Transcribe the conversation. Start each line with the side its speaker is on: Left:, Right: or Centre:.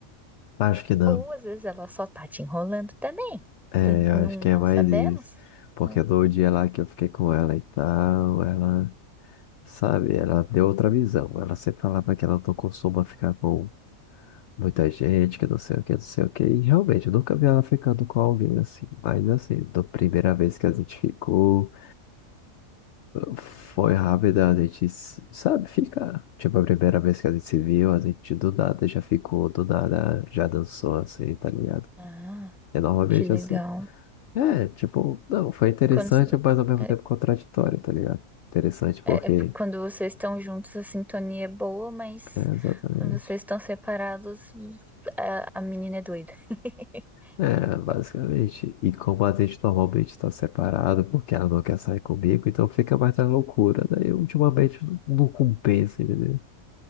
Left: Acho que não.
Centre: Ou às vezes ela só tá te enrolando também.
Left: É,
Centre: Portanto,
Left: eu
Centre: Não,
Left: acho que
Centre: não
Left: é mais
Centre: sabemos.
Left: isso. Porque
Centre: né?
Left: no dia lá que eu fiquei com ela e tal, ela, sabe, ela deu outra visão. Ela sempre falava que ela não costuma ficar com Muita gente que não sei o que, não sei o que. E realmente, eu nunca vi ela ficando com alguém assim. Mas assim, da primeira vez que a gente ficou, foi rápida, a gente, s- sabe, fica. Tipo, a primeira vez que a gente se viu, a gente do nada já ficou, do nada já dançou assim, tá ligado?
Centre: Ah,
Left: E normalmente
Centre: que legal.
Left: assim, é, tipo, não, foi interessante,
Centre: Quando,
Left: mas ao mesmo
Centre: é,
Left: tempo contraditório, tá ligado? Interessante porque,
Centre: é- é porque quando vocês estão juntos, a sintonia é boa, mas
Left: é, exatamente.
Centre: quando vocês estão separados, a, a menina é doida. <laughs>
Left: É, basicamente. E como a gente normalmente está separado, porque ela não quer sair comigo, então fica mais na loucura. Daí ultimamente não não compensa, entendeu?